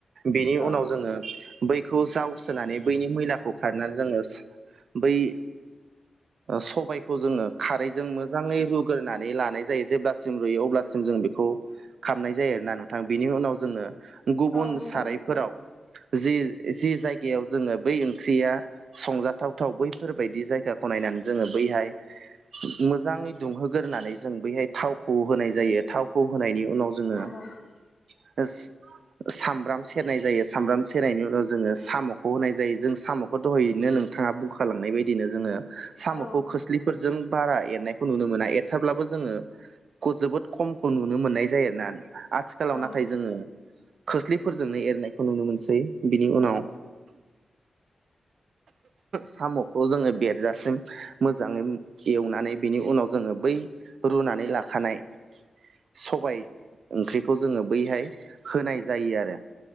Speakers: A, on the right (about 75°); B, on the left (about 50°).
A: बेनि
B: औ
A: उनाव जोङो बै खौ जावसोनानै बैनि मैलाखौ खारनानै जोङो बै सबायखौ जोङो खारैजों मोजाङै रुग्रोनानै लानाय जायो जेब्ला सिम रुयो अब्लासिम जों बेखौ खालामनाय जायो आरोना नोंथां बिनि उनाव जोंनो गुबुन
B: औ नंगौ
A: सारायफोराव जि जि जायगायाव जोङो बै ओंख्रिया संजाथावथाव बैफोरबायायदि जायगाखौ नायनानै जोङो बैहाय मोजाङै दुंहोगोरानै जों बैहाय थावखौ होनाय जायो थावखौ होनायनि उनाव जोङो
B: माबा
A: <unintelligible> सामब्राम सेरनाय जायो सामब्राम सेरनायनि उनाव जोङो साम'खौ होनाय जायो जों साम' दहायैनो नोंथाङा बुंखालांनाय बायदिनो जोङो साम'खौ
B: औ
A: खोस्लि फोरजों बारा एरनायखौ नुनो मोना एरथाब्लाबो जोङो खौ जोबोद खमखौ नुनो मोननाय जायो आरो ना। आथिखालाव
B: औ
A: नाथाय जोङो खोस्लिफोरजोंनो एरनायखौ नुनो मोनसै बिनि उनाव साम'खौ जोङो बेरजासिम मोजाङै एवनानै बिनि उनाव जोङो बै रुनानै लाखानाय सबाय ओंख्रिखौ जोङो बैहाय होनाय जायो आरो